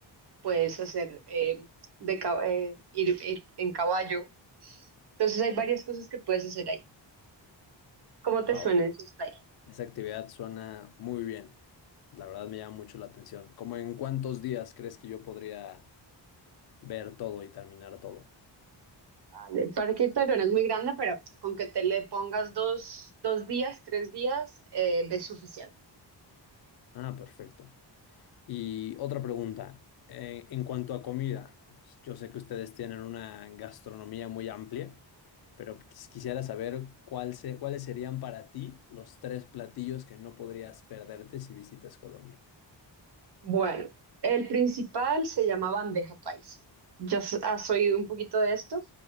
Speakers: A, on the right; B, on the left.
A: puedes hacer eh, de, ca- eh, ir, ir en caballo. Entonces hay varias cosas que puedes hacer ahí. ¿Cómo te
B: wow,
A: suena eso está ahí?
B: esa actividad suena muy bien. La verdad me llama mucho la atención. ¿Cómo en cuántos días crees que yo podría ver todo y terminar todo?
A: Vale, el Parque Tayrona es muy grande, pero con que te le pongas dos, dos días, tres días, eh, es suficiente.
B: Ah, perfecto. Y otra pregunta, eh, en cuanto a comida, yo sé que ustedes tienen una gastronomía muy amplia. pero quis- quisiera saber cuál se- cuáles serían para ti los tres platillos que no podrías perderte si visitas Colombia.
A: Bueno, el principal se llama bandeja paisa. ¿Ya s- has oído un poquito de esto?